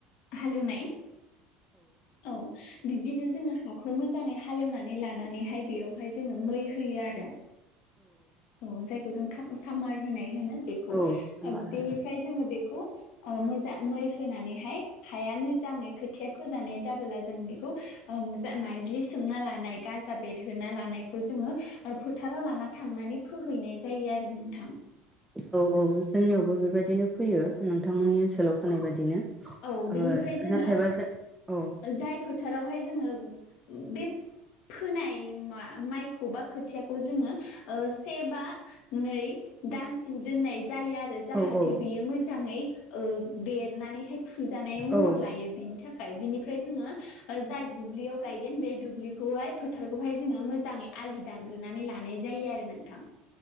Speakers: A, on the left; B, in the centre.
A: हालेवनाय। औ बिब्दिनो जोङो हाखौ मो जाङै हालेवनानै लानानैहाय बेयावहाय जोङो मै होयो आरो। औ जायखौ जों सामार होनाय होनो बेखौ।
B: औ औ
A: बेनिफ्राय जोङो बेखौ ओ मोजां मै होनानैहाय हाया मोजाङै खोथिया फोजानाय जाबोला जों बेखौ ओ माइज्लि सोमना लानाय गाजा बेरहोना लानायखौ जोङो ओ फोथाराव लाना थांनानै फोहैनाय जायो आरो नोंथां।
B: औ औ जोंनियावबो बेबायदिनो फैयो नोंथांमोननि ओनसोलाव फोनाय बादिनो।
A: औ
B: ओ
A: बेनिफ्राय जोङो
B: नाथायबा जों औ
A: जाय फो थारावहाय जोङो बे फोनाय मा माइखौ बा खोथियाखौ जोङो ओ से बा नै दानसिम दोन्नाय जायो आरो जाहाथे
B: औ औ
A: बियो मोजाङै ओ देरनानैहाय फुजानाय महर
B: औ
A: लायो बिनि थाखाय बिनिफ्राय जोङो जाय बुब्लियाव गायगोन बे दुब्लि खौहाय फोथारखौहाय जोङो मोजाङै आलि दानग्रोनानै लानाय जायो आरो नोंथां।